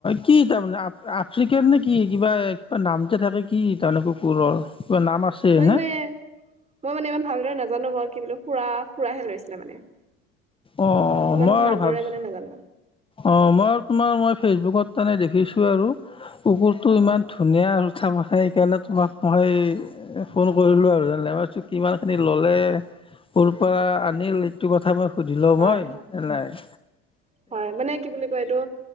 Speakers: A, on the left (about 20°); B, on the right (about 20°).
A: কি তাৰমানে আফ্ৰিকাৰ নে কি কিবা কিবা নাম যে থাকে কি তাৰমানে কুকুৰৰ নাম আছে
B: মানে
A: নে
B: মই মানে ইমান ভালদৰে নাজানো বাৰু কি বো খুৰা খুৰাহে লৰিছিলে মানে
A: অ'
B: ইমান
A: মই
B: ভালদৰে
A: আৰু ভাবিছোঁ
B: মানে নাজানো
A: অ মই তোমাৰ মই ফেচবুকত তানে দেখিছো আৰু কুকুৰটো ইমান ধুনীয়া আৰুঠা খায় সেইকাৰণে তোমাক মই ফোন কৰিলোঁ আৰু জানে ভাবিছোঁ কিমানখিনি ল'লে সৰুৰ পৰা আনিল এইটো কথা মই সুধি‌ ল‌ও
B: হয়,
A: মই
B: হয়।
A: এনাই
B: হয় মানে কি বুলি কয় এইটো